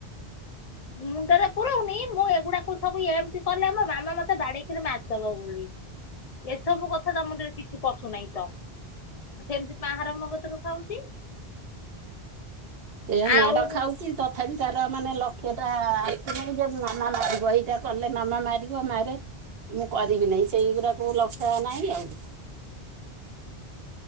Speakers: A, on the left; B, on the right.
A: ହୁଁ। ମୁଣ୍ଡରେ ପୁରଉନି ମୁଁ ଏଗୁଡାକୁ ସବୁ ଏମିତି କଲେ, ମୋ ମାମା ମତେ ବାଡେଇିକିରି ମାରିଦବ ବୋଲି। ଏସବୁ କଥା ତା ମୁଣ୍ଡରେ କିଛି ପଶୁନେଇ ତ। ସେମିତି ପାହାର ମୋ କତିରୁ ଖାଉଛି।
B: ଏଇଆ
A: ଆଉ
B: ମାଡ ଖାଉଛି ତଥାପି ତାର ମାନେ ଲକ୍ଷ୍ୟ ଟା ଆସିନାହିଁ ଯେ ମାମା ମାରିବ, ଏଇଟା କଲେ ମାମା ମାରିବ ମାରେ ମୁଁ କରିବି ନେଇ, ସେଇଗୁଡାକୁ ଲକ୍ଷ ନାଇଁ ଆଉ।